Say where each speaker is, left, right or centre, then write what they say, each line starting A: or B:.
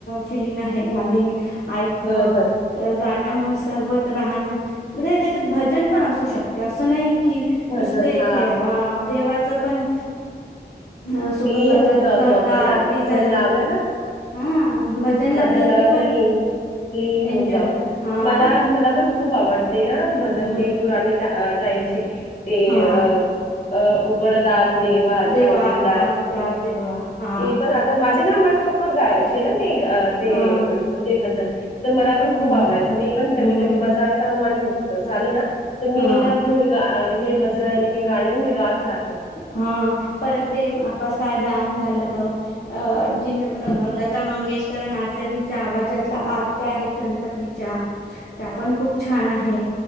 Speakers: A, on the left; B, on the left.
A: फिलिंग, आहे. गाणे ऐकणा
B: बरोबर
A: <unintelligible> म्हणजे भजन पण असू शकत. असं नाही की,
B: भजन
A: नुसते
B: हा
A: हे देवाच पण अ सुख
B: लीन
A: करता
B: होऊन
A: दुखं
B: जातो
A: हरता
B: आपण ना
A: आरती
B: भजन
A: झाली,
B: लावलं ना
A: हा भजन लागलं
B: भजन
A: की
B: <unintelligible> पण लीन, लीन
A: एन्जॉय
B: होउन, जाऊत.
A: हा
B: मला मला पण खूप आवड. ते ना भजनती
A: हम्म
B: पुराणी टाईमचे ते
A: हा
B: अ अ उघडदार देवा आता
A: देवा
B: उघडदार
A: आता
B: दे
A: उदार देवा हा
B: ते पण आता माझे नाही माझी पप्पा गायची ना ते ते
A: हं
B: ते भजन तर मला पण खूप
A: हम्म
B: आवडायचं. मी पण कधी
A: हम्म
B: कधी, माझा मन झालं, ना तर मी
A: हा
B: ना आपले हे भजन हे गाणे ना मी गात राहते.
A: हा परत ते पसाय दान झालं, अ आणखीन लता मंगेशकर, आशाजीच्या आवाजातल्या आरत्या आहेत. गणपतीच्या त्या पण खूप छान आहे.